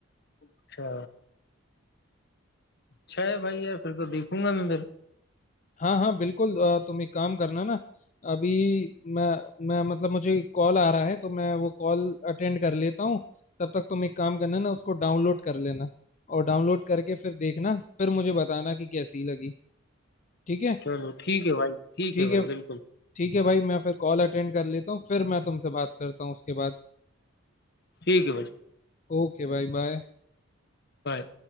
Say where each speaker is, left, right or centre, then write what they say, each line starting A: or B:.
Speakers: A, on the left; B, on the left.
A: अच्छा अच्छा है भाई यार फिर तो देखूंगा मैं फिर
B: हाँ हाँ बिल्कुल अ, तुम एक काम करना ना अभी मैं मैं मतलब मुझे कॉल आ रहा है तो मैं वो कॉल अटेंड कर लेता हूँ तब तक तुम एक काम करना ना उसको डाउनलोड कर लेना और डाउनलोड करके फिर देखना फिर मुझे बताना कि कैसी लगी ठीक है
A: चलो ठीक है भाई ठीक
B: ठीक
A: है भाई
B: है
A: बिल्कुल
B: ठीक है भाई मैं फिर कॉल अटेंड कर लेता हूँ फिर मैं तुमसे बात करता हूँ उसके बाद
A: ठीक है भाई
B: ओके भाई बाय
A: बाय